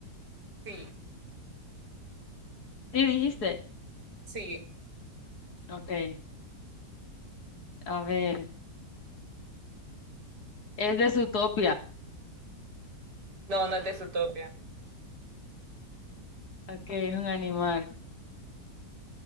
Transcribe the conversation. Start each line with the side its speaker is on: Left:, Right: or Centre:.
Right: Sí,
Left: Sí, dijiste.
Right: sí.
Left: Ok, a ver. Es de Zootopia.
Right: No, no es de Zootopia.
Left: Ok, es un animal.